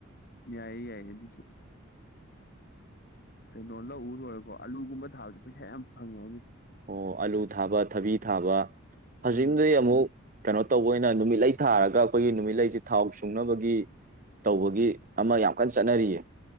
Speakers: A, on the left (about 45°); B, on the right (about 40°).
A: ꯌꯥꯏꯌꯦ ꯌꯥꯏꯌꯦ ꯑꯗꯨꯁꯨ ꯀꯩꯅꯣ ꯂꯧꯎ ꯂꯣꯏꯦꯀꯣ ꯑꯥꯂꯨꯒꯨꯝꯕ ꯊꯥꯕꯗ ꯄꯩꯁꯥ ꯌꯥꯝ ꯐꯪꯉꯦ ꯍꯥꯏꯅꯤ
B: ꯑꯣ ꯑꯂꯨ ꯊꯥꯕ ꯊꯕꯤ ꯊꯥꯕ ꯍꯧꯖꯤꯛꯗꯤ
A: ꯎꯝ
B: ꯑꯃꯨꯛ ꯀꯩꯅꯣ ꯇꯧꯕ ꯑꯣꯏꯅ ꯅꯨꯃꯤꯠꯂ ꯊꯥꯔꯒ ꯑꯩꯈꯣꯏꯒꯤ ꯅꯨꯃꯤꯠꯂꯁꯤ ꯊꯥꯎ ꯁꯨꯡꯅꯕꯒꯤ ꯇꯧꯕꯒꯤ ꯑꯃ ꯌꯥꯝ ꯀꯟꯅ ꯆꯠꯅꯔꯤꯌꯦ